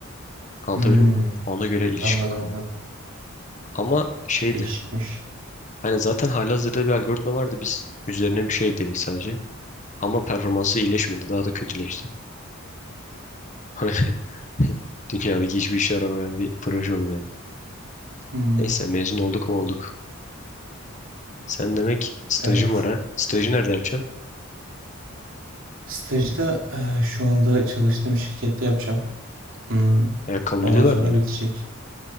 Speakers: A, on the left; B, on the right.
A: Anlatabildim
B: Hmm,
A: mi? Ona göre ilişki
B: Anladım
A: kuruyor.
B: anladım.
A: Ama şeydi
B: Değişikmiş.
A: Hani zaten halihazırda bir algoritma vardı. Biz üzerine bir şey ekledik sadece. Ama performansı iyileşmedi. Daha da kötüleşti. <laughs> Öyle dünyadaki hiçbir işe yaramayan bir proje oldu yani.
B: Hmm,
A: Neyse mezun olduk mu olduk. Sen demek stajın
B: Evet.
A: var ha. Stajı nerede yapacaksın?
B: Stajda e, şu anda çalıştığım şirkette yapacağım. Hmm,
A: Ya kabul
B: Ondan
A: ediyorlar
B: sonra
A: mı öyle?
B: bitecek.